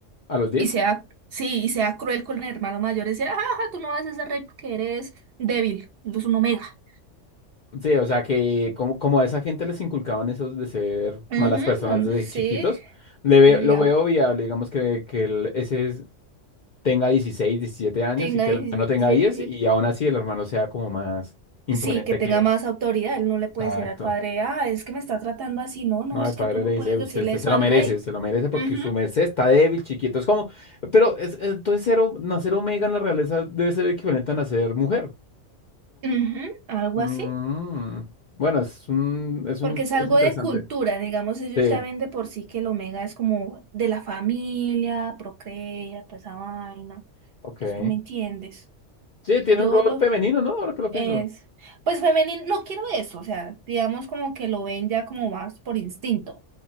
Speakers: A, on the left; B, on the right.
A: ¿A los diez
B: Y sea, sí, y sea cruel con el hermano mayor, decir, ajá, ajá, tú no vas a ser rey porque eres débil, eres un omega.
A: Sí, o sea que como, como a esa gente les inculcaban esos de ser
B: Ujú,
A: malas personas
B: donde-
A: desde
B: sí,
A: chiquitos, le
B: entonces
A: veo- lo
B: digamos,
A: veo viable, digamos que, que el, ese es- tenga 16 17 años
B: tenga
A: y que el
B: 16,
A: hermano tenga
B: 17.
A: 10 y aún así el hermano sea como más imponente
B: Sí, que tenga
A: que él.
B: más autoridad, él no le puede
A: Exacto.
B: decir al padre, ah, es que me está tratando así, no, no,
A: No,
B: es
A: el padre
B: que tú no
A: le dice,
B: puedes
A: usted,
B: decirle
A: usted
B: eso
A: se lo
B: al
A: merece,
B: rey.
A: se lo merece porque
B: Ujú,
A: su merced está débil, chiquito. Es como, pero es, eh, entonces cero, nacer omega en la realeza debe ser equivalente a nacer mujer.
B: ujú, algo
A: Mm,
B: así,
A: bueno, es un, es
B: porque
A: un,
B: es algo
A: es interesante.
B: de cultura, digamos, ellos
A: Sí,
B: ya ven de por sí que el omega es como de la familia, procrea, toda esa vaina,
A: ok.
B: pues tú me entiendes.
A: Sí, tiene
B: Yo
A: un rol
B: lo,
A: femenino, ¿no? Ahora que lo pienso.
B: Es, pues femenino, no quiero eso, o sea, digamos como que lo ven ya como más por instinto.